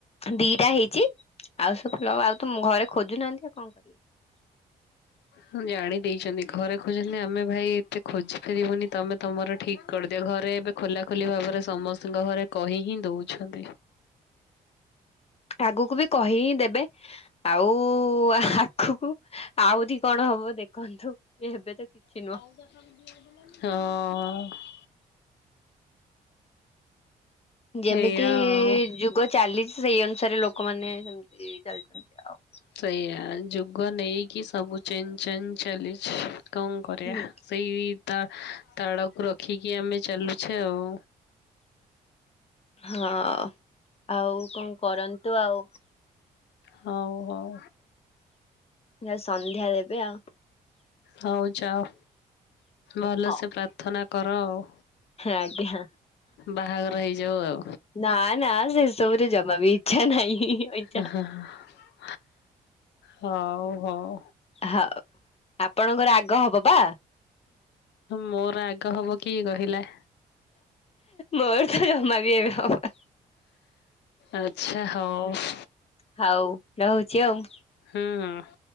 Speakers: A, on the left (about 30°); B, on the left (about 60°).
A: ଦିଟା ହେଇଚି। ଆଉ ସବୁ ଲ ଆଉ ତ ଘରେ ଖୋଜୁନାହାନ୍ତି ଆଉ କଣ କରିବା।
B: ହ ଜାଣି ଦେଇଛନ୍ତି ଘରେ କହୁଛନ୍ତି ଆମେ ଭାଇ ଏତେ ଖୋଜି ପାରିବୁନି ତମେ ତମର ଠିକ୍ କରିଦିଅ। ଘରେ ଏବେ ଖୋଲା ଖୋଲି ଭାବରେ ସମସ୍ତଙ୍କ ଘରେ କହି ହିଁ ଦଉଛନ୍ତି।
A: ଆଗକୁ ବି କହି ହିଁ ଦେବେ। ଆଉ ଆଗକୁ ଆଉରି କଣ ହବ ଦେଖନ୍ତୁ। ଏବେ ତ
B: ହଁ।
A: ନୁହଁ। ଯେମିତି
B: ଏଇଆ ଆଉ।
A: ଯୁଗ ଚାଲିଚି ସେଇ ଅନୁସାରେ ଲୋକମାନେ ସେମିତି ଚାଲିଛନ୍ତି ଆଉ।
B: ସେଇଆ ଯୁଗ ନେଇକି ସବୁ ଚେଞ୍ଜ ଚାଞ୍ଜ ଚାଲିଛି। କଣ କରିବା
A: ହୁଁ।
B: ସେଇ ତା ତାଳକୁ ରଖିକି ଆମେ ଚାଲୁଛେ ଆଉ।
A: ହଁ। ଆଉ କଣ କରନ୍ତୁ ଆଉ।
B: ହଉ ହଉ।
A: ଯାଉଚି ସନ୍ଧ୍ୟା ଦେବି ଆଉ।
B: ହଉ ଯାଅ। ଭଲସେ
A: ହଁ
B: ପ୍ରାର୍ଥନା କର ଆଉ।
A: ଆଜ୍ଞା
B: ବାହାଘର ହେଇଯାଉ ଆଉ।
A: ନା ନା ସେସବୁରେ ଜମା ବି ଇଚ୍ଛା ନାହିଁ। ଇଚ୍ଛା
B: <unintelligible> ହଉ ହଉ।
A: ହଉ। ଆପଣଙ୍କର ଆଗ ହବ ପା।
B: ମୋର ଆଗ ହବ କିଏ କହିଲା?
A: ମୋର ତ ଜମା ବି ଏବେ ହବନି।
B: ଆଚ୍ଛା ହଉ।
A: ହଉ ରହୁଚି ଆଉ।
B: ହୁଁ।